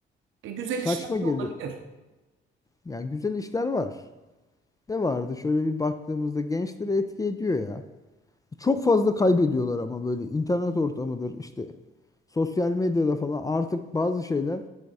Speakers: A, on the right (about 80°); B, on the left (about 15°).
A: E, güzel
B: Saçma
A: işler
B: geliyor.
A: de olabilir.
B: Yani güzel işler var. Ne vardı şöyle bir baktığımızda gençleri etki ediyor ya. Çok fazla kaybediyorlar ama böyle internet ortamıdır işte sosyal medyada falan artık bazı şeyler